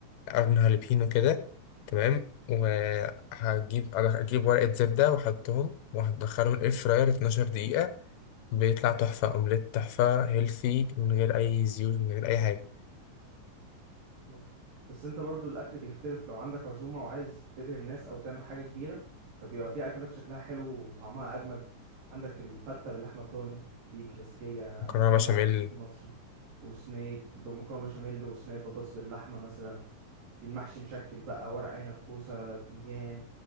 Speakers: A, on the left (about 85°); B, on the right (about 85°).
A: قرن هالبينو كده تمام وهجيب اجيب ورقه زبده واحطهم وهدخلهم الاير فراير 12 دقيقه بيطلع تحفة أومليت تحفة هيلثي من غير أي زيوت من غير أي حاجة
B: أيوة. بس انت برضو الاكل بيختلف لو عندك عزومة وعايز تبهر الناس او تعمل حاجة كبيرة فبيبقى في اكلات شكلها حلو وطعمها اجمد عندك الفتة باللحمة الضاني دي كلاسيكية
A: مكرونة
B: قديمة
A: بشاميل
B: في مصري وصينية ب- مكرونة بشاميل وصينية بطاطس باللحمة مثلا في المحشي مشكل بقى ورق عنب كوسة بتنجان